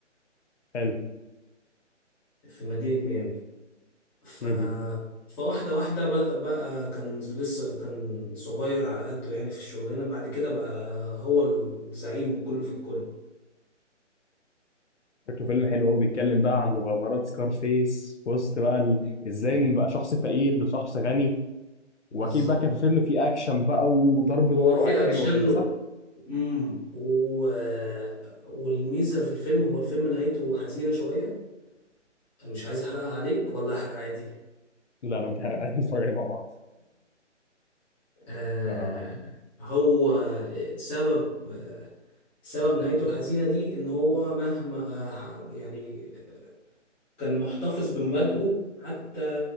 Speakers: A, on the left (about 70°); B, in the centre.
A: حلو
B: في مدينة ميامي ف...
A: مهم.
B: فواحدة واحدة بدأ بقى كان لسه كان صغير على قده يعني في الشغلانة بعد كده بقى هو الزعيم والكل في الكل
A: شكله فيلم حلو قوي بيتكلم بقى عن مغامرات سكارفيس في وسط بقى ال... ازاي من بقى شخص فقير لشخص غني واكيد
B: بالظبط
A: بقى كان في فيلم فيه اكشن بقى وضرب نار
B: هو في
A: وحاجات حلوه
B: اكشن
A: كده صح؟
B: امم و... والميزة في الفيلم هو الفيلم نهايته حزينة شوية مش عايز احرقها عليك ولا احرق عادي
A: لا لا متحرق عايزين نتفرج عليه مع بعض
B: آه
A: ف
B: هو آه، سبب آه سبب نهايته الحزينة دي ان هو مهما آه ح- يعني كان محتفظ بمبادئه حتى